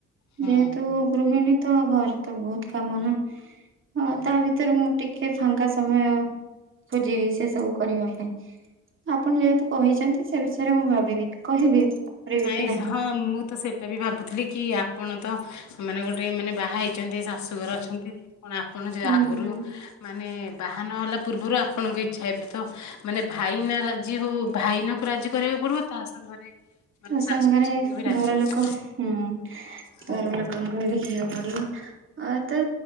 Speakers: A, on the left; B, on the right.
A: ହୁଁ
B: ଯେହେତୁ ଗୃହିଣୀ ତ ଘରେ ତ ବହୁତ କାମ ନା ତା ଭିତରେ
A: ହଁ।
B: ଭିତରେ ମୁଁ ଟିକେ ଫାଙ୍କା ସମୟ ଖୋଜିବି ସେ ସବୁ କରିବା ପାଇଁ ଆପଣ ଯେହେତୁ କହିଛନ୍ତି ସେ ବିଷୟରେ ମୁଁ ଭାବିବି କହିବି କରିବି
A: ନାଇଁ
B: କି ନାହିଁ।
A: ହଁ ମୁଁ ସେଇଟା ତ ବି ଭାବୁଥିଲି କି ଆପଣ ତ ମାନେ ଗୋଟେ ମାନେ ବାହା ହେଇଛନ୍ତି ଶାଶୁଘର ଅଛନ୍ତି। କଣ ଆପଣ ସେ
B: ହୁଁ
A: ଆଗରୁ
B: ହୁଁ।
A: ମାନେ ବାହାନ ହେଲା ପୂର୍ବରୁ ଆପଣଙ୍କ ଇଚ୍ଛା ଏବେ ତ ମାନେ ଭାଇନା ରାଜି ହେଉ ଭାଇନାଙ୍କୁ ରାଜି କରିବାକୁ ପଡ଼ିବ ତା ସାଙ୍ଗରେ ମାନେ
B: ତା ସାଙ୍ଗରେ
A: ଶାଶୁ ଶ୍ୱଶୁରଙ୍କୁ ବି ରାଜି
B: ଘର
A: କରିବେ
B: ଲୋକ ହୁଁ
A: ହଁ
B: ଘର ଲୋକଙ୍କୁବି ବୁଝିଆକୁ ପଡିବ, ହଁ ତ